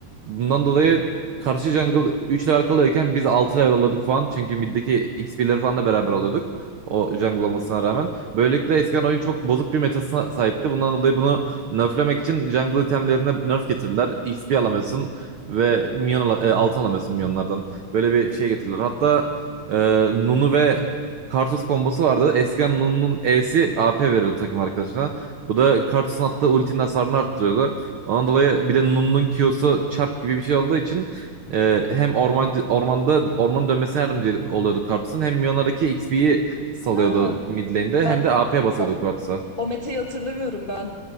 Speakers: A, on the right; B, on the left.
A: Bundan dolayı karşı jungle 3 level kalıyorken biz 6 level alıyorduk falan. Çünkü middeki XP'leri falan da beraber alıyorduk. O jungle olmasına rağmen. Böylelikle eskiden oyun çok bozuk bir metasına sahipti. Bundan dolayı bunu nerflemek için jungle itemlerine nerf getirdiler. XP alamıyorsun ve minyon ala- e, altın alamıyorsun minyonlardan. Böyle bir şey getirdiler. Hatta e, Nunu ve Karthus kombosu vardı. Eskiden Nunu'nun E'si AP veriyordu takım arkadaşına. Bu da Karthus'un attığı ultinin hasarını arttırıyordu. Ondan dolayı bir de Nunu'nun Q'su çarp gibi bir şey olduğu için e, hem ormancı, ormanda ormanın dönmesine yardımcı oluyordu Karthus'un hem minyonlardaki XP'yi salıyordu
B: Ha,
A: mid lane'de
B: ben
A: hem de AP basıyordu
B: o,
A: Quattro.
B: o metayı hatırlamıyorum ben.